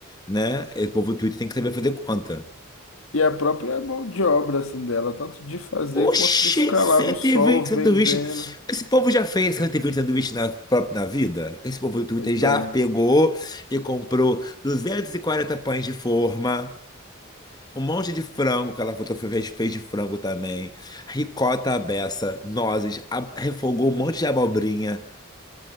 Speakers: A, on the left; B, on the left.
A: né? E O povo do Twitter tem que saber fazer conta.
B: E a própria mão de obra assim dela, tanto de fazer
A: Oxi,
B: quanto de ficar
A: cento
B: lá no sol
A: e vinte
B: vendendo.
A: sanduíches. Esse povo já fez 120 sanduíches na própria na vida? Esse povo do Twitter
B: Pois
A: já
B: é,
A: pegou e comprou 240 pães de forma, um monte de frango, que ela fotografou, fez fez de frango também, ricota à beça, nozes, a- refogou um monte de abobrinha.